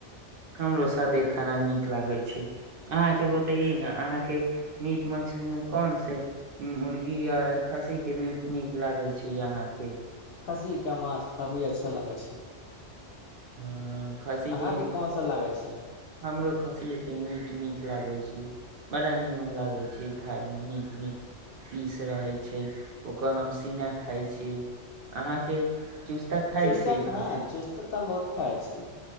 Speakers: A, on the right (about 60°); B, on the left (about 60°).
A: हमरो सादे खाना नीक लागे छै अहाँ के बतेये ने अहा के मीट मछली मे कोन से मुर्गी या खस्सी के मीट नीक लागै छै यहाँ के
B: खसी क मास काफी अच्छा लागे छै
A: ह खसी
B: अहाँके
A: कम
B: कोन सा लागै छै
A: हमरो खसी मीट नट लागै छी बड़ा निमन लागे छी खाय नीक नीक पीस रहै छै ओकर हम पसीना खााय छी अहाँ के चुस्ता खाइ
B: चूसा
A: छै खसी
B: हँ चूसा तऽ हम बहुत खाइ छियै